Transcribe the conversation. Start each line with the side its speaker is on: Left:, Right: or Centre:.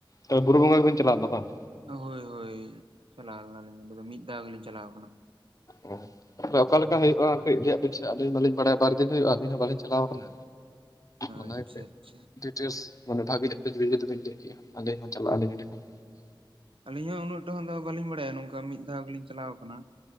Left: ᱛᱚ ᱵᱩᱨᱩ ᱵᱳᱸᱜᱟ ᱵᱤᱱ ᱪᱟᱞᱟᱣ ᱟᱠᱟᱱᱟ ᱵᱟᱝ
Right: ᱦᱳᱭ ᱦᱳᱭ ᱪᱟᱞᱟᱣ ᱞᱮᱱᱟᱞᱤᱧ ᱚᱸᱰᱮ ᱫᱚ ᱢᱤᱫ ᱫᱷᱟᱣ ᱜᱮᱞᱤᱧ ᱪᱟᱞᱟᱣ ᱟᱠᱟᱱᱟ
Left: ᱚᱦ ᱛᱮ ᱚᱠᱟᱞᱮᱠᱟ ᱦᱩᱭᱩᱜᱼᱟ <unintelligible> ᱟᱹᱞᱤᱧ ᱵᱟᱞᱤᱧ ᱵᱟᱲᱟᱭᱟ ᱵᱟᱨ ᱫᱤᱱ ᱦᱩᱭᱩᱜᱼᱟ ᱟᱹᱞᱤᱧ ᱦᱚᱸ ᱵᱟᱹᱞᱤᱧ ᱪᱟᱞᱟᱣ ᱟᱠᱟᱱᱟ ᱚᱱᱟ
Right: ᱟᱪᱪᱷᱟ ᱟᱪᱪᱷᱟ
Left: ᱜᱮ ᱛᱮᱥ ᱚᱱᱮ ᱵᱷᱟᱹᱜᱤ ᱡᱤᱵᱤᱱ ᱞᱟᱹᱭ ᱠᱮᱭᱟ ᱟᱹᱞᱤᱧ ᱦᱚᱸ ᱪᱟᱞᱟᱜ ᱟᱹᱞᱤᱧ ᱚᱸᱰᱮ ᱠᱷᱚᱱ
Right: ᱟᱹᱞᱤᱧ ᱦᱚᱸ ᱩᱱᱟᱹᱜ ᱴᱷᱟ. ᱠᱟ. ᱫᱚ ᱵᱟᱹᱞᱤᱧ ᱵᱟᱲᱟᱭᱟ ᱱᱚᱝᱠᱟ ᱢᱤᱫ ᱫᱷᱟᱣ ᱜᱮᱞᱤᱧ ᱪᱟᱞᱟᱣ ᱟᱠᱟᱱᱟ